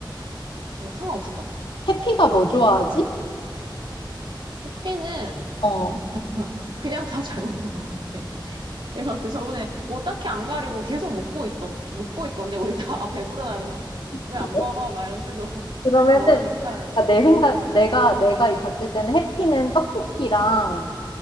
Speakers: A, on the right (about 75°); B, on the left (about 85°).
A: 어, 상관없을 것 같아.
B: 해피가
A: 어.
B: 뭐 좋아하지?
A: 피는
B: 어.
A: <laughs> 그냥 다 잘 먹는 것 같아. <laughs> 내가 봤을 때 저번에 뭐 딱히 안 가리고 계속 먹고 있던, 먹고 있던데, 우리 다 아, 배부르다 이러면 계속, 왜
B: 그래?
A: 안 먹어? 막 이런 식으로 <laughs>
B: 그러면은
A: 계속 먹으니까,
B: 아, 내 생각, 내가, 내가 이 봤을 때는 해피는 떡볶이랑